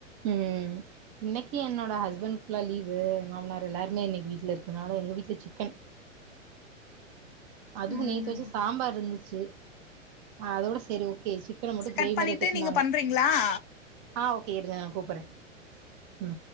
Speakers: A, on the right (about 30°); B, on the left (about 40°).
A: உ இன்னைக்கு என்னோட ஹஸ்பண்ட்கலா லீவு மாமனார் எல்லாருமே இன்னைக்கு வீட்டுல இருக்கனால எங்க வீட்டுல சிக்கன் அதுவு
B: ம்
A: நேத்து
B: ம்
A: வச்ச சாம்பார் இருந்துச் சே ஆ அதோட சரி ஓகே எ சிக்கன மட்டு கிரேவி
B: கட் பண்ணிட்டு
A: மாரி வக்க சொன்னாங்க
B: நீங்க பண்றீங்களா
A: ஆ ஓகே இரு நா கூப்பிறே உ